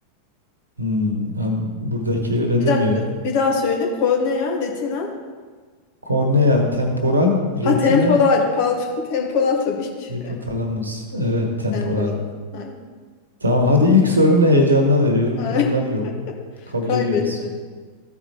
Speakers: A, on the right (about 75°); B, on the left (about 45°).
A: Hmm, ha, buradaki öyle
B: Bir
A: demiyor.
B: dakika. Bir daha söyle. Kornea, retina.
A: Kornea, temporal,
B: Ha
A: retina,
B: temporal. Pardon. <laughs> Temporal tabii ki.
A: hipotalamus. Evet temporal.
B: Temporal. Aynen.
A: Tamam hadi ilk sorunu heyecanla veriyorum.
B: Ay,
A: Problem yok.
B: <laughs>
A: Kabul
B: Kaybettim.
A: ediyoruz.